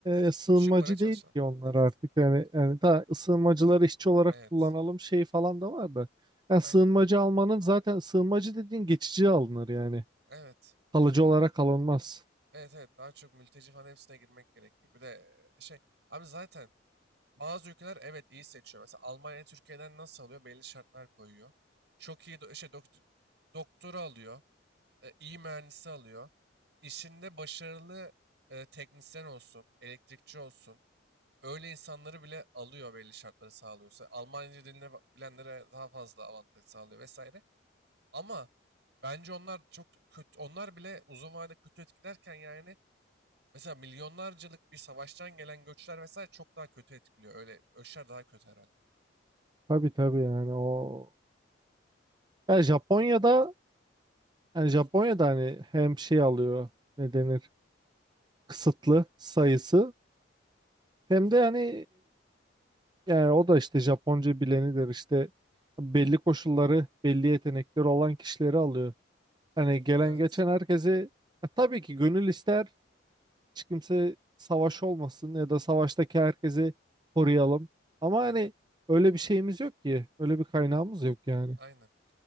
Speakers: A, on the right; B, on the right.
A: e, sığınmacı
B: düşük paraya çalışan.
A: değil ki onlar artık yani yani daha sığınmacıları işçi olarak
B: Evet,
A: kullanalım şey falan da var da. Yani
B: aynen.
A: sığınmacı almanın zaten sığınmacı dediğin geçici alınır yani.
B: Evet,
A: Kalıcı olarak alınmaz.
B: evet, evet. Daha çok mülteci falan hepsine girmek gerekiyor. Bir de e, şey, abi zaten Bazı ülkeler evet iyi seçiyor. Mesela Almanya Türkiye'den nasıl alıyor? Belli şartlar koyuyor. Çok iyi do- şey, dokt- doktoru alıyor. e, iyi mühendisi alıyor. İşinde başarılı e, teknisyen olsun, elektrikçi olsun. Öyle insanları bile alıyor belli şartları sağlıyorsa. Almanca dilini ba- bilenlere daha fazla avantaj sağlıyor vesaire. Ama bence onlar çok kötü, onlar bile uzun vadede kötü etkilerken yani mesela milyonlarcalık bir savaştan gelen göçler vesaire çok daha kötü etkiliyor. Öyle ölçüler daha kötü herhalde.
A: Tabii tabii yani o yani Japonya'da yani Japonya'da hani hem şey alıyor ne denir kısıtlı sayısı hem de hani e, yani o da işte Japonca bilenidir işte belli koşulları belli yetenekleri olan kişileri alıyor. Hani gelen
B: Evet,
A: geçen herkesi e, tabii ki gönül ister hiç kimse savaş olmasın ya da savaştaki herkesi koruyalım. Ama
B: aynen,
A: hani öyle bir şeyimiz yok ki. Öyle bir kaynağımız yok yani.
B: aynen.